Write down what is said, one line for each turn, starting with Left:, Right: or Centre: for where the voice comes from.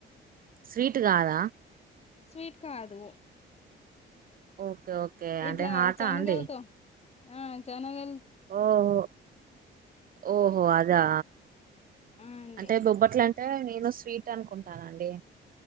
Right: స్వీట్ కాదా
Left: స్వీట్ కాదు
Right: ఓకే ఓకే అంటే
Left: ఇట్లా
Right: హార్టా
Left: శనగలతో
Right: అండి
Left: ఆ ఛానల్
Right: ఓహో ఓహో అదా
Left: ఆ అండి
Right: అంటే బొబ్బట్లు అంటే నేను స్వీట్ అనుకుంటానండి